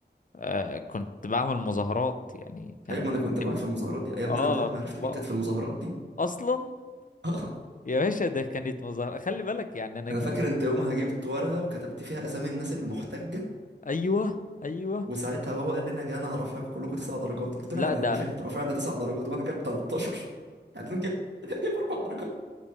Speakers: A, on the left; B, on the right.
A: آه كنت بعمل مظاهرات يعني كان
B: ايوه ما انا
A: ممكن
B: كنت معاك في المظاهرات دي يا ابني
A: اه
B: انا بدات
A: كنت
B: معرفتي
A: بقف
B: بيك كانت في المظاهرات دي
A: اصلا
B: اه
A: يا باشا ده كانت مظاهرة خلي بالك يعني انا
B: انا
A: جيت
B: فاكر انت يومها جبت ورقه وكتبت فيها اسامي الناس المحتجه
A: ايوه ايوه
B: وساعتها هو قال لنا جانا انا رافعكم كلكم تسع درجات قلت
A: لا
B: له يعني
A: ده
B: يا باشا انت رافعنا تسع درجات وانا جايب 13 يعني انا جايب <laughs> جايب اربع درجات